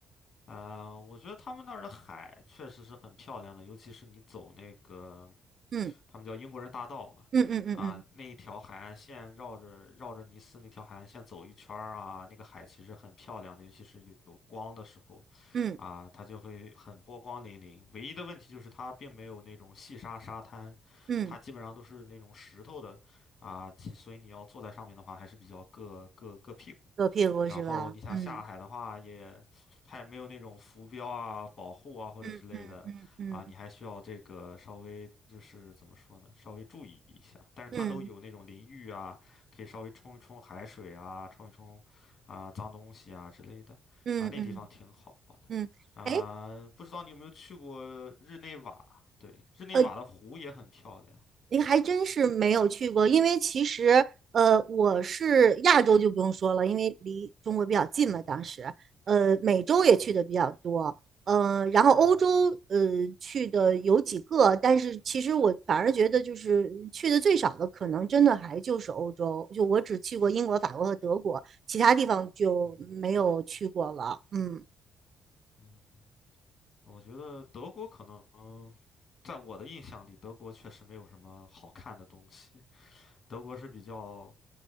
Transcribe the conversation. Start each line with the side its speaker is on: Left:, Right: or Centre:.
Left: 呃，我觉得他们那儿的海确实是很漂亮的，尤其是你走那个。
Right: 嗯
Left: 他们叫英国人大道嘛，
Right: 嗯嗯嗯嗯嗯
Left: 啊，那一条海岸线绕着绕着尼斯那条海岸线走一圈儿啊，那个海其实很漂亮的，尤其是有有光的时候，
Right: 嗯
Left: 啊，它就会很波光粼粼。唯一的问题就是它并没有那种细沙沙滩，
Right: 嗯，
Left: 它基本上都是那种石头的，啊，其所以你要坐在上面的话，还是比较硌硌硌屁股。
Right: 左屁股是吧？
Left: 然后你想下海的话也，
Right: 嗯
Left: 它也没有那种浮标啊、保护啊或者之类的啊，
Right: 嗯嗯嗯嗯
Left: 你还需要这个稍微就是怎么说呢，稍微注意一下。但是它都有那种淋浴啊，
Right: 嗯
Left: 可以稍微冲一冲海水啊，冲一冲啊脏东西啊之类的啊，
Right: 嗯嗯
Left: 那地方挺好的
Right: 嗯，嗯哎。
Left: 啊。不知道你有没有去过日内瓦？对，日内瓦的湖也很漂亮。
Right: 呃您还真是没有去过，因为其实呃，我是亚洲就不用说了，因为离中国比较近嘛，
Left: 嗯哼，
Right: 当时呃，美洲也去的比较多，
Left: 嗯哼，
Right: 呃，然后欧洲呃去的有几个，
Left: 嗯哼，
Right: 但是其实我反而觉得就是去的最少的，可能真的还就是欧洲，就我只去过英国、法国和德国，其他地方就没有去过了。
Left: 嗯哼，
Right: 嗯，
Left: 嗯哼。我觉得德国可能，在我的印象里，德国确实没有什么好看的东西。德国是比较